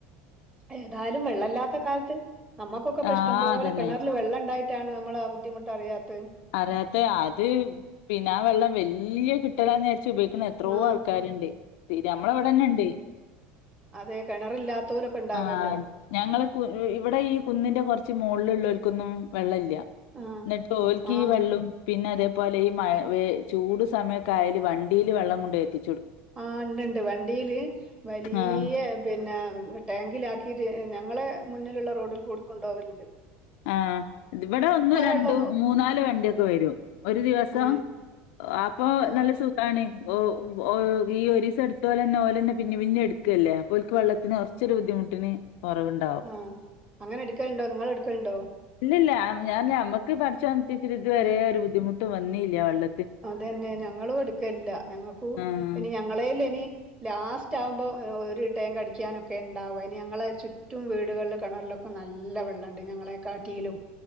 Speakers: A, on the right; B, on the left.
A: ഏതായ്ലും വെള്ളെല്ലാത്ത കാൽത്ത് നമ്മക്കൊക്കെ ഇപ്പ
B: ആഹ്
A: ഇഷ്ടംപോലെ
B: അതന്നെ
A: കെണർല് വെള്ളെണ്ടായ് ട്ടാണ് നമ്മള് ആഹ് ബുദ്ധിമുട്ടറിയാത്ത്
B: അറിയാത്തെ അത് പിന്നാ വെള്ളം വെല്ല്യെ കിട്ടലാ നേരാച്ച ഉപയ്ക്കിന്നെ ത്രോ
A: ആഹ്
B: ആൾക്കാരിണ്ട് സ്ഥിര അമ്മളെവ്ടെന്നെണ്ട്
A: അതേ കെണറില്ലാത്തോലൊക്കെ ഈണ്ടാവല്ലോ
B: ആഹ് ഞങ്ങള് കു ഇ ഇവ്ടെ ഈ കുന്നിന്റെ കൊർച്ച് മോള്ള് ഇള്ളോൽക്കൊന്നും വെള്ളെല്ല്യ
A: ആഹ്
B: ഇന്നിട്ടോൽ
A: ആഹ്
B: ലും പിന്നെ അതേപോലെ ഈ മയ വേ ചൂട് സമയക്കായല് വണ്ടീല് വെള്ളം കൊണ്ടൊയെത്തി
A: ആഹ് ഇണ്ടിണ്ട് വണ്ടീല് വലീയ്യെ
B: ആഹ്
A: പിന്നെ ടാങ്കിലാക്കിത് ഞങ്ങളെ മുന്നിലുള്ള റോഡിൽ കൂടി കൊണ്ടോവൽണ്ട്
B: ആഹ് ഇവിടെ ഒന്നും രണ്ടു
A: വെള്ളൊന്നും
B: മൂന്നാല് വണ്ടിയൊക്കെ വരൂ ഒരു ദിവസം
A: ഏഹ്
B: അപ്പൊ
A: ആഹ്
B: നല്ല സു ഖാണ് ഓഹ് ഓഹ് ഈ ഒരീസംടുത്തോലെന്നെ ഓലന്നെ പിന്നെ പിന്നെ എടുക്കല്ലേ അപ്പോ ഓൽക്ക് വെള്ളത്തിനോർ ഇച്ചരി ബുദ്ധിമുട്ടിന് കുറവുണ്ടാവും
A: അഹ് അങ്ങനെ എടുക്കേണ്ടോ ക്കാനുണ്ടോ നിങ്ങളടുക്കേണ്ടോ
B: ഇല്ലല്ല ഞാൻഞമ്മുക്ക് പടച്ചോൻത്തിച്ചു ഇതുവരെ
A: ഉം
B: ഒരു ബുദ്ധിമുട്ട് വന്നില്ല വെള്ള
A: അതന്നെ ഞങ്ങളും എടുക്കല്ല ഞങ്ങക്കും
B: ആഹ്
A: ഇനി ഞങ്ങളേല ഇനി ലാസ്റ്റ് ആഉമ്പോ ഒരു ടാങ്കടിക്കാനൊക്കെ ഉണ്ടാവും ഇനി ഞങ്ങളെ ചുറ്റും വീടുകളിൽ കിണറിലൊ നല്ല വെള്ളണ്ട് ഞങ്ങളെ കാട്ടിലും